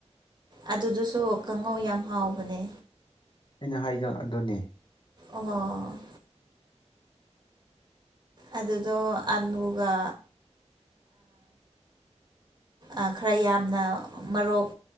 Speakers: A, on the right; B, on the left.
A: ꯑꯗꯨꯗꯨꯁꯨ ꯀꯥꯡꯍꯧ ꯌꯥꯝ ꯍꯥꯎꯕꯅꯦ
B: ꯑꯩꯅ ꯍꯥꯏꯖ ꯑꯗꯨꯅꯦ
A: ꯑꯣ ꯑꯗꯨ ꯑꯗꯨꯗ ꯑꯂꯒ ꯑ ꯈꯔ ꯌꯥꯝꯅ ꯃꯔꯣꯛ